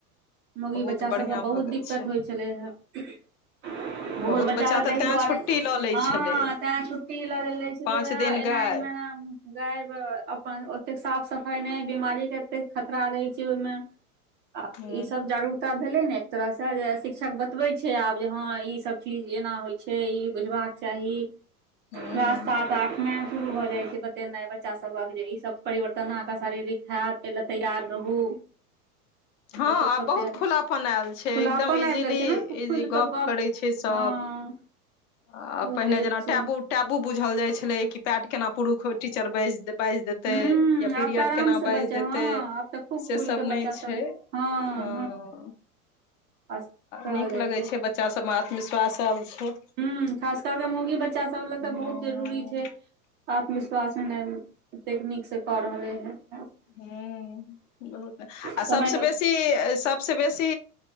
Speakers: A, on the right (about 25°); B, on the left (about 55°).
A: मुगी
B: बहुत
A: बच्चा
B: बढ़िया
A: सभकेँ बहुत
B: भऽ गेल
A: दिक्कत
B: छै
A: होइ छलै हे बहुत
B: बहुत
A: बच्चा रह
B: तऽ
A: ताहि
B: तैं
A: दुआरे
B: छुट्टी लऽ लै
A: हँ
B: छलै
A: तैं छुट्टी लेे छलै
B: पाँच
A: हे
B: दिन
A: एनाही
B: गायब
A: मे न गायब अपन ओतेक साफ सफाइ नहि बीमारी के एतेक खतरा रहै छै ओहिमे आब
B: ह
A: ई सब जागरूकता भेलै ने एक तरहसँ जे शिक्षक बतबै छै आब जे हँ ई सब चीज एना होइ छै ई बुझबाक चाही
B: ह
A: रात सात आठ मे शुरू भऽ जाइ छै बतेनाइ बच्चा सबक जे ई सब परिवर्तन अहके शारीरिक हैत एहि ले तैयार रहू
B: हँ
A: बच्चो
B: आब
A: सभ
B: बहुत
A: दे खुलापन
B: आयल छै एकदम इजीली
A: आबि गेल छै ने खुलि
B: इजी गप
A: कऽ गप्प
B: करै छै सब
A: हँ <inaudible>
B: आ
A: बहुते
B: पहिने जेना
A: छै
B: टैबू टैबू बुझल जाइत छलै कि पैड केना पुरुष टीचर बैस बाजि देतै
A: हूँ
B: या पीरियड
A: आब तऽ आराम
B: केना
A: से बच्चा
B: बाजि
A: हँ
B: देतै
A: आब तऽ खूब
B: से
A: खुल
B: सब
A: के बच्चा
B: नहि छै
A: हँ
B: हँ
A: खास कहल
B: नीक
A: जाइ
B: लगे छै बच्चा सबमे आत्मविश्वास आयल छै
A: ह्म खास करकेऽ मौगी बच्चा सभ लए तऽ
B: हूँ
A: बहुत जरूरी छै आत्मविश्वास ऐनाय नीकसँ कऽ रहले हँ
B: हुँ बहुत आ
A: समय
B: सबसँ बेसी सब सब बेसी